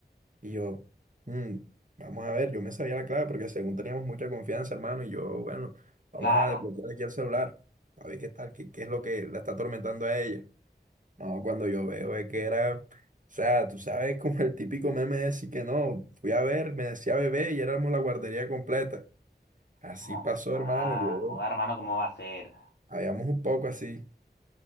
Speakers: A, on the right; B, on the left.
A: Y yo, "Mm, vamos a ver, yo me sabía la clave porque según teníamos mucha confianza, hermano, y yo, bueno, vamos
B: Claro.
A: a desbloquear aquí el celular, a ver qué tal, qué, qué es lo que la está atormentando a ella. No, cuando yo veo es que era, o sea, tú sabes <laughs> como el típico meme de decir que no, fui a ver, me decía bebé y éramos la guardería completa. Así
B: Jo-
A: pasó,
B: Joda,
A: hermano, yo,
B: joda, hermano, ¿cómo va a ser?
A: habíamos un poco así.